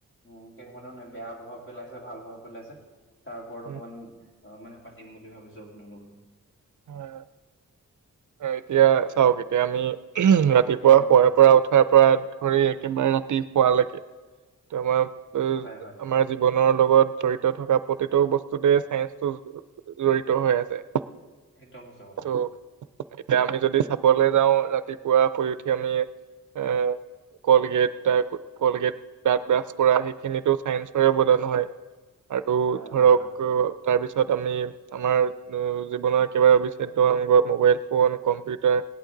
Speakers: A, on the left; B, on the right.
A: উম কেনেকুৱা ধৰণে বেয়া প্ৰভাৱ পেলাইছে ভাল <unintelligible> পেলাইছে তাৰ ওপৰত
B: উম
A: অকণমান।। অ মানে পাতিম বুলি ভাবিছোঁ আপোনাৰ লগত।
B: হয় হয়। অ এতিয়া চাওঁক এতিয়া আমি।। ৰাতিপুৱা
A: হুম
B: শুৱাৰ
A: হুম
B: পৰা উঠাৰ পৰা।। ধৰি একেবাৰে ৰাতিপুৱালৈকে তোমাৰ।। উম
A: হয় হয়
B: আমাৰ জীৱনৰ লগত।। জড়িত থকা প্ৰতিটো বস্তুতেই চাইন্সটো জড়িত হৈ আছে।
A: একদম সঁচা কথা।
B: ত' এতিয়া আমি যদি চাবলৈ যাওঁ। ৰাতিপুৱা শুই উঠি আমি এ কলগেট টাইপ কলগেট দাতঁ ব্ৰাছ কৰা। সেইখিনিতো চাইন্সৰে অবদান হয়। আৰু
A: হয়
B: ধৰক
A: হয় হয়
B: অ।। তাৰপিছত আমি আমাৰ জীৱনৰ একেবাৰে অবিচ্ছেদ্য অংগ মোবাইল ফোন, কম্পিউটাৰ।